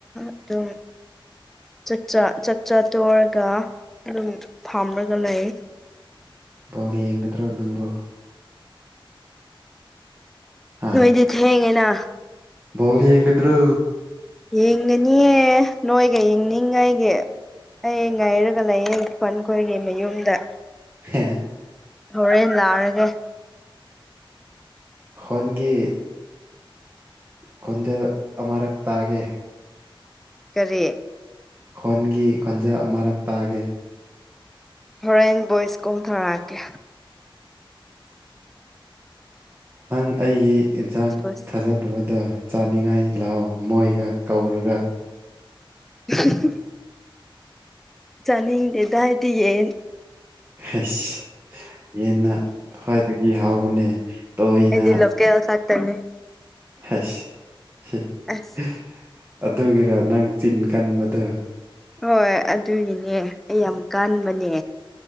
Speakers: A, in the centre; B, on the right.
A: ꯑꯗꯨꯝ ꯆꯆꯥ ꯆꯥꯆꯥ꯭ꯔ ꯇꯣꯔꯒ ꯑꯗꯨꯝ ꯐꯥꯝꯔꯒ ꯂꯩꯌꯦ
B: ꯕꯣꯜ ꯌꯦꯡꯒꯗ꯭ꯔꯣ ꯅꯪꯕꯨ ꯍꯥ
A: ꯅꯣꯏꯗꯤ ꯊꯦꯡꯉꯦꯅ
B: ꯕꯣꯜ ꯌꯦꯉꯗ꯭ꯔꯣ
A: ꯌꯦꯡꯒꯅꯤꯌꯦ ꯅꯣꯏꯒ ꯌꯦꯡꯅꯤꯡꯉꯥꯏꯒꯤ ꯑꯩ ꯉꯥꯏꯔꯒ ꯂꯩꯌꯦ ꯄꯟꯈꯣꯏꯒꯤ ꯃꯌꯨꯝꯗ
B: <unintelligible>
A: ꯍꯣꯔꯦꯟ ꯂꯥꯛꯔꯒ
B: ꯍꯣꯟꯒꯤ ꯈꯣꯟꯖꯦꯜ ꯑꯃꯔꯛ ꯇꯥꯒꯦ
A: ꯀꯔꯤ
B: ꯈꯣꯟꯒꯤ ꯈꯣꯟꯖꯦꯜ ꯑꯃꯔꯛ ꯇꯥꯒꯦ
A: ꯍꯣꯔꯦꯟ ꯕꯣꯏꯁ ꯀꯣꯜ ꯇꯧꯔꯛꯀꯦ
B: ꯅꯪ ꯑꯩꯒꯤ ꯌꯦꯟꯁꯥꯡ
A: ꯚꯣꯏꯁ
B: ꯊꯥꯖꯗꯕꯗꯣ ꯆꯥꯅꯤꯡꯉꯥꯏ ꯂꯥꯎ ꯃꯣꯏꯒ ꯀꯧꯔꯒ
A: <inaudible> ꯆꯥꯅꯤꯡꯗꯦꯗ ꯑꯩꯗꯤ ꯌꯦꯟ
B: ꯑꯁ ꯌꯦꯟꯅ ꯈ꯭ꯋꯥꯏꯗꯒꯤ ꯍꯥꯎꯕꯅꯦ ꯇꯣꯏꯅ
A: ꯑꯩꯗꯤ ꯂꯣꯀꯦꯜ ꯈꯛꯇꯅꯦ
B: ꯍꯩꯁ <unintelligible>
A: ꯑꯁ
B: ꯑꯗꯨꯒꯤꯔ ꯅꯪ ꯆꯤꯟ ꯀꯟꯕꯗꯨ
A: ꯍꯣꯏ ꯑꯗꯨꯒꯤꯅꯦ ꯑꯩ ꯌꯥꯝ ꯀꯥꯟꯕꯅꯦ